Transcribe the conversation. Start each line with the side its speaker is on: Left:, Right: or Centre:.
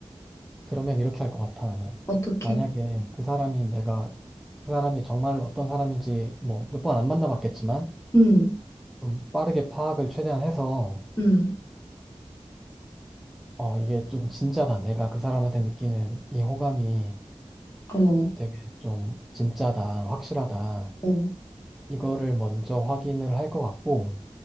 Centre: 그러면 이렇게 할 것 같아, 나는.
Left: 어떻게?
Centre: 만약에 그 사람이 내가, 그 사람이 정말 어떤 사람인지 뭐 몇 번 안 만나봤겠지만,
Left: 음,
Centre: 좀 빠르게 파악을 최대한 해서,
Left: 음,
Centre: 어, 이게 좀 진짜다. 내가 그 사람한테 느끼는 이 호감이
Left: 어,
Centre: 되게 좀 진짜다, 확실하다.
Left: 어,
Centre: 이거를 먼저 확인을 할 것 같고,